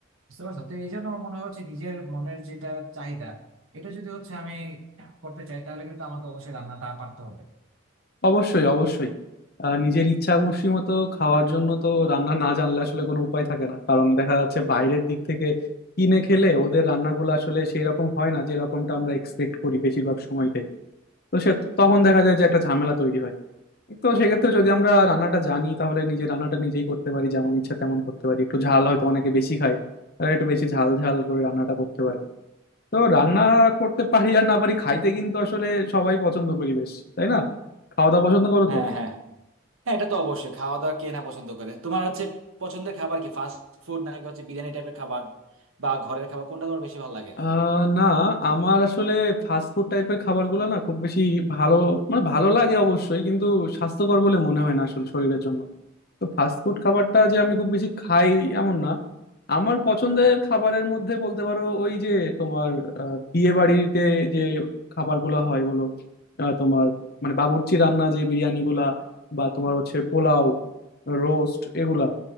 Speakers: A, on the right; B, on the left.
A: বুঝতে পারছো তো এই জন্য আমার মনে হচ্ছে নিজের মনের যেটা চাহিদা এটা যদি হচ্ছে আমি করতে চাই তাহলে কিন্তু আমাকে অবশ্যই রান্নাটা পারতে হবে
B: অবশ্যই অবশ্যই আহ, নিজের ইচ্ছা খুশি মতো খাওয়ার জন্য তো রান্না না জানলে আসলে কোনো উপায় থাকে না কারণ দেখা যাচ্ছে বাইরের দিক থেকে কিনে খেলে ওদের রান্নাগুলো আসলে সেই রকম হয় না যেরকমটা আমরা এক্সপেক্ট করি বেশিরভাগ সময়তে তো সে তখন দেখা যায় যে একটা ঝামেলা তৈরি হয় তো সেক্ষেত্রে যদি আমরা রান্নাটা জানি তাহলে নিজে রান্নাটা নিজেই করতে পারি যেমন ইচ্ছা তেমন করতে পারি একটু ঝাল হয়তো অনেকে বেশি খায় তারা একটু বেশি ঝাল ঝাল করে রান্নাটা করতে পারে তো রান্না করতে পারি আর না পারি খাইতে কিন্তু আসলে সবাই পছন্দ করি বেশ তাই না খাওয়া দাওয়া পছন্দ করো
A: হ্যাঁ
B: তো
A: হ্যাঁ হ্যাঁ এটা তো অবশ্যই খাওয়া দাওয়া কে না পছন্দ করে তোমার হচ্ছে পছন্দের খাবার কি ফাস্ট ফুড নাকি হচ্ছে বিরিয়ানি টাইপের খাবার বা ঘরের খাবার কোনটা তোমার বেশি ভালো লাগে
B: আহ না আমার আসলে ফাস্ট ফুড টাইপের খাবারগুলো না খুব বেশি ভালো মানে ভালো লাগে অবশ্যই কিন্তু স্বাস্থ্যকর বলে মনে হয় না আসলে শরীরের জন্য তো ফাস্ট ফুড খাবারটা যে আমি খুব বেশি খাই এমন না আমার পছন্দের খাবারের মধ্যে বলতে পারো ওই যে তোমার আহ, বিয়ে বাড়িতে যে খাবারগুলো হয় বলো আহ, তোমার মানে বাবুর্চি রান্না যে বিরিয়ানিগুলা বা তোমার হচ্ছে পোলাও রোস্ট এগুলা